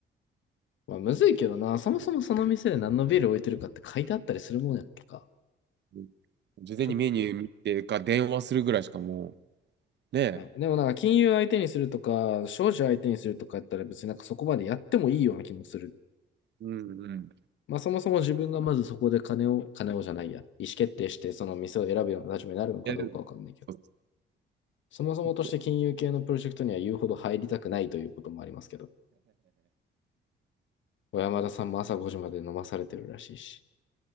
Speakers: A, on the left; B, on the right.
A: まあ、むずいけどな、そもそもその店で何のビール置いてるかって書いてあったりするもんやっけか。
B: ん事前にメニュー見てか、
A: ちょっ
B: 電話するぐらいしかもう、ねえ。
A: とね。でもなんか金融相手にするとか、商事相手にするとかやったら別になんかそこまでやってもいいような気もする。
B: うんうん。
A: まあそもそも自分がまずそこで金を、金をじゃないや、意思決定してその店を選ぶような立場になるのかどうかわかんないけど、
B: やる。そうち
A: そもそもとして金融系のプロジェクトには言うほど入りたくないということもありますけど、
B: ょっと。
A: 小山田さんも朝5時まで飲まされてるらしいし、